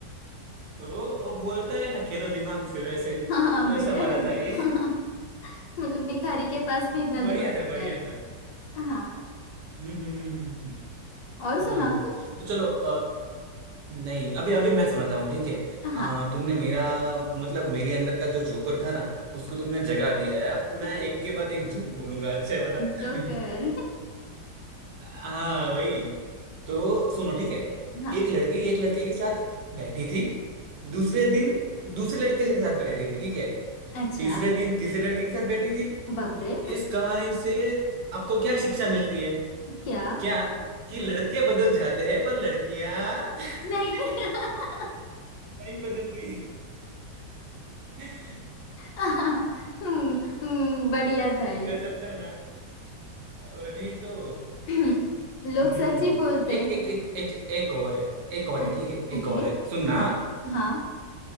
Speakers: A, on the right; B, on the left.
A: वो, वो बोलता है ना खेलो दिमाग से वैसे
B: हाँ
A: वैसा
B: बढ़िया
A: वाला
B: था ना
A: था ये
B: <laughs> हाँ, मतलब भिखारी के पास
A: <laughs>
B: भी इतना दिमाग
A: बढ़िया
B: होता
A: था बढ़िया
B: है
A: था
B: हाँ
A: हम्म हम्म, हम्म, हम्म। हम्म।
B: और
A: हाँ
B: सुनाओ
A: हाँ।
B: तुम
A: तो चलो नहीं अभी अभी मैं सुनाता हूँ ठीक है
B: हाँ
A: आ, तुमने मेरा मतलब मेरे अंदर का जो जोकर था ना उसको तुमने जगा दिया है अब
B: <laughs>
A: मैं एक के बाद एक जोक बोलूंगा अच्छे वाला <laughs>
B: जोकर
A: हाँ भाई तो सुनो ठीक है
B: हाँ
A: एक लड़की एक लड़के के साथ बैठी थी दूसरे दिन दूसरे लड़के के साथ बैठी थी ठीक है
B: अच्छा
A: तीसरे दिन तीसरे लड़के के साथ बैठी थी
B: बाप रे
A: इस कहानी से आपको क्या शिक्षा मिलती है
B: क्या
A: क्या कि लड़के बदल जाते हैं पर लड़कियां <laughs>
B: नहीं <laughs>
A: नहीं बदलती <laughs>
B: हम्म हम्म, बढ़िया था ये
A: गजब था ना वही तो
B: <clears throat> लोग
A: हम्म
B: सच ही बोलते
A: एक
B: हैं
A: एक एक एक एक और है एक और
B: ओ-
A: है ठीक है
B: ओके
A: एक और है सुनना
B: हाँ हाँ